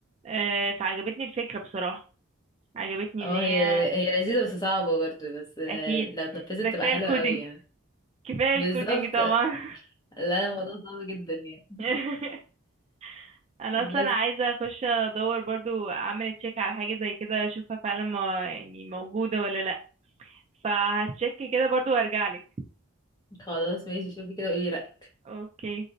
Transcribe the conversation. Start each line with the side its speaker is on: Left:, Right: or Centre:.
Right: آه، فعجبتني الفكرة بصراحة عجبتني
Left: اه
Right: ان هي
Left: هي هي لذيذه بس صعبه برضه بس آه،
Right: اكيد
Left: لو اتنفذت
Right: ده كفايه
Left: تبقى حلوه
Right: الكودينج
Left: قوي يعني
Right: كفاية
Left: بالظبط
Right: الكودينج طبعا
Left: لا الموضوع صعب جدا يعني
Right: <laughs>
Left: <laughs>
Right: انا
Left: بس
Right: اصلا عايزة اخش ادور برضو اعمل تشيك على حاجة زي كده اشوفها فعلا ما يعني موجودة ولا لا فهتشيك كده برضو وارجع لك
Left: خلاص ماشي شوفي كده قولي رأيك
Right: اوكي